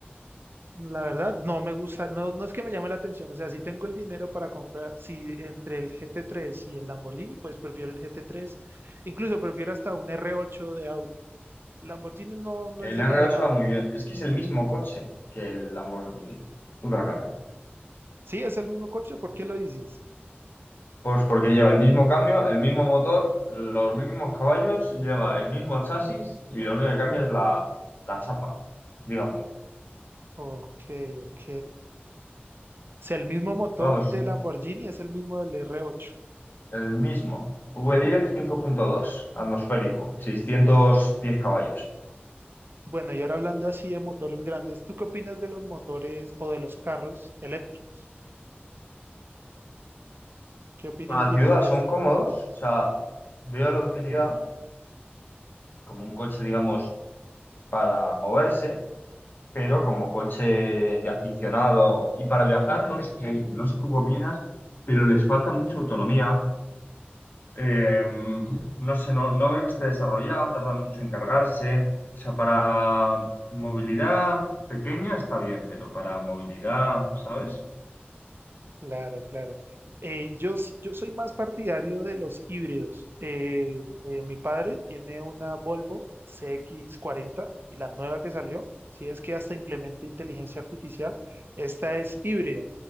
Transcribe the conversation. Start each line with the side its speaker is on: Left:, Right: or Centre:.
Right: la verdad, no me gusta, no, no es que me llame la atención. O sea, si tengo el dinero para comprar, si entre el GT3 y el Lamborghini, pues prefiero el GT3. Incluso prefiero hasta un R8 de auto. Lamborghini no, no es
Left: El
Right: de
Left: r
Right: mi agrado.
Left: ocho va muy bien. Es que es el mismo coche que el Lamborghini Huracán.
Right: Sí, es el mismo coche, ¿por qué lo dices?
Left: Pues porque lleva el mismo cambio, el mismo motor, los mismos caballos, lleva el mismo chasis y lo único que cambia es la, la chapa, digamos.
Right: Ok, ok. O sea, el mismo motor
Left: Vamos,
Right: de Lamborghini es el mismo del R8.
Left: el mismo. v diez cinco punto dos atmosférico, 610 caballos.
Right: Bueno, y ahora hablando así de motores grandes, ¿tú qué opinas de los motores o de los carros eléctricos? ¿Qué opinión
Left: Para
Right: tienes
Left: la ciudad
Right: de
Left: son
Right: esto?
Left: cómodos, o sea, veo la utilidad como un coche, digamos, para moverse, pero como coche de aficionado y para viajar, no sé, no sé tú qué opinas, pero les falta mucha autonomía. Eh, no sé, no, no veo que esté desarrollado, tarda mucho en cargarse. O sea, para movilidad pequeña está bien, pero para movilidad, ¿sabes?
Right: Claro, claro. Eh, yo, s- yo soy más partidario de los híbridos. Eh, eh, mi padre tiene una Volvo C X cuarenta, la nueva que salió, si es que hasta implementa inteligencia artificial. Esta es híbrida,